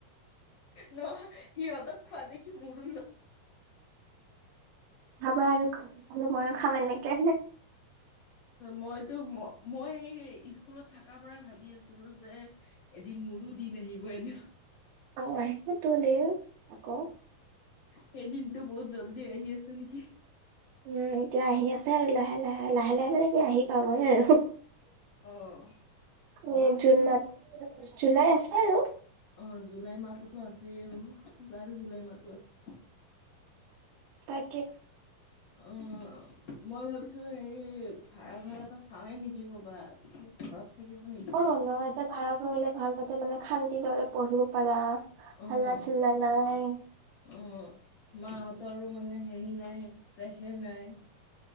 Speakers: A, on the left (about 85°); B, on the right (about 80°).
A: নহয় সিহঁত খোৱা দেখি মোৰ।
B: হাবা আৰু চ ময়ো খাম এনেকে।
A: মইতো ম মই এই স্কুলত থকাৰ পৰাই ভাবি আছিলো যে। এদিন মোৰো দিন আহিব এনে।
B: অ আহিব তো দে আকৌ।
A: সেই দিনতটো বহুত জল্দি আহি আছে নেকি।
B: উম এতিয়া আহি আছে আৰু লাহে লাহে লাহে লাহে মানে এতিয়া আহি পাবয়ে আৰু।
A: অ',
B: এ
A: মই ভাবিছো
B: জুনত জুলাই আছে আৰু।
A: অ', জুলাই মাহতো ত আছেই আৰু। বাৰু জুলাই মাহটো আছে
B: তাকে
A: অ'। মই ভাবিছো হেৰি ভাড়াঘৰ এটা চাওৱে নেকি কৰ'বাত ঘৰত। থাকিব নেকি।
B: অ ন এটা ভাড়াঘৰ হলে ভাল। ত মানে শান্তিৰ দৰে পঢ়িব পাৰা
A: অ',
B: হাল্লা চিল্লা নাই।
A: অ মাহঁতৰো মানে হেৰি নাই প্ৰেচাৰ নাই।